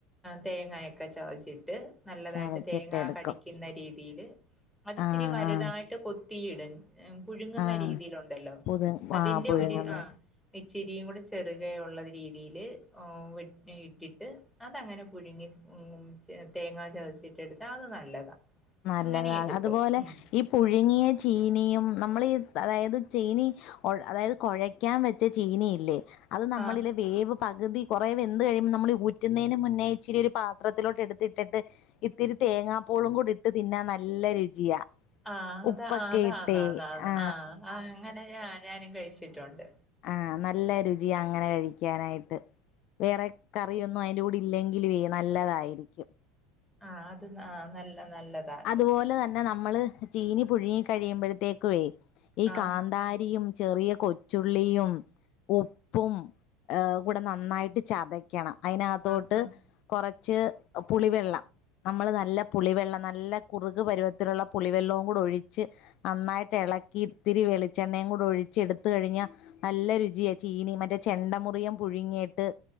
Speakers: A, in the centre; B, on the left (about 50°).
A: തേങ്ങായി ക്കെ ചതച്ചിട്ട് നല്ലതായിട്ട്
B: ചതച്ചിട്ടെടുക്കും
A: തേങ്ങാ കടിക്കുന്ന രീതില് അത് ഇച്ചിരി
B: ആഹ്
A: വലുതാ
B: ആഹ്
A: യിട്ട് കൊത്തിയിടും പുഴുങ്ങുന്ന
B: ആഹ്
A: രീതിയിലുണ്ടല്ലോ
B: പുതു
A: അതിന്റെ
B: ആഹ് പുഴുങ്ങുന്ന
A: ഒരു ആഹ് ഇച്ചിരിയും കൂടെ ചെറുകെ യുള്ള രീതില് ഉം വിട് ഇട്ടിട്ട് അതങ്ങനെ പുഴുങ്ങി ഉം തേങ്ങാ ചതച്ചിട്ടെടുത്താ അത് നല്ലതാ
B: നല്ലതാ
A: അങ്ങനെ എടുക്കും
B: അതുപോലെ
A: ഉം
B: ഈ പുഴുങ്ങിയ ചീനിയും നമ്മളീ അതായത് ചീനി അതായത് കൊഴക്കാൻ വെച്ച ചീനയില്ലേ അത് നമ്മളില്
A: ആഹ്
B: വേവ് പകുതി കൊറേ വെന്ത് കഴിയുമ്പോ നമ്മള് ഊറ്റുന്നതിന് മുന്നേ ഇച്ചിരി ഒരു പാത്രത്തിലോട്ടെടുത്തിട്ടിട്ട് ഇത്തിരി തേങ്ങാ പൂളുകൂടിട്ട് തിന്നാ നല്ല രുചിയാ
A: ആഹ് അത്
B: ഉപ്പൊക്കെ
A: അതാന്നാ
B: ഇട്ടേ
A: ന്നാ ന്നാന്ന്
B: ആ
A: ആഹ് അങ്ങനെ ഞാനും കഴിച്ചിട്ടുണ്ട്
B: ആഹ് നല്ല രുചിയാ അങ്ങനെ കഴിക്യാനായിട്ട് വേറെ കറിയൊന്നും അയ്ന്റെ കൂടെ ഇല്ലെങ്കിലുവേ നല്ലതായിരിക്കും
A: ആഹ് അത് ന നല്ല നല്ലതാ
B: അതുപോലെ തന്നെ പിന്നെ നമ്മള് ചീനി പുഴുങ്ങി കഴിയുമ്പോഴത്തേക്കുവേ ഈ
A: ആഹ്
B: കാന്താരിയും ചെറിയ കൊ ച്ചുള്ളിയും ഉപ്പും കൂടെ നന്നായിട്ട് ചതക്കണം അയ്നകത്തോട്ട്
A: ആഹ് ആഹ്
B: കൊറച്ച് പുളിവെള്ളം നമ്മള് നല്ല പുളിവെള്ളം നല്ല കുറുക് പരുവത്തിലുള്ള പുളിവെള്ളവും കൂടൊഴിച്ച് നന്നായിട്ടെളക്കി ഇത്തിരി വെളിച്ചെണ്ണയും കൂടെ ഒഴിച്ചെടുത് ത്ത്‌ കഴിഞ്ഞ നല്ല രുചിയാ ചീനി മറ്റേ ചെണ്ട മുറിയം പുഴുങ്ങിയിട്ട്